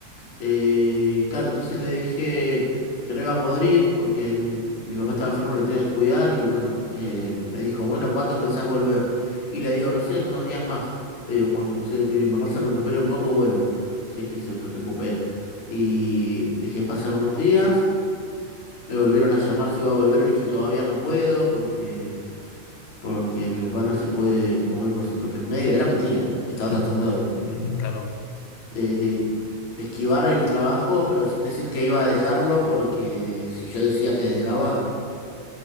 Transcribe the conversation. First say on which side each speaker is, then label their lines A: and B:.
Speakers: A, on the left; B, on the left.
A: Eh, claro, entonces le dije que no iba a poder ir porque mi, mi papá estaba enfermo, lo tenía que cuidar y bueno, eh, me dijo, bueno, ¿cuándo pensás volver? Y le digo, no sé, en unos días más. Le digo, cuando se- mi, mi papá se recupere un poco, vuelvo, si es que se recupera. Y dejé pasar unos días, me volvieron a llamar si iba a volver, le dije, todavía no puedo porque, porque mi papá no se puede mover por sus propios medios. Era mentira, estaba
B: Mm,
A: tratando de
B: ujú, Claro.
A: de, de- de esquivar el trabajo, pero sin decir que iba a dejarlo, porque si yo decía que dejaba,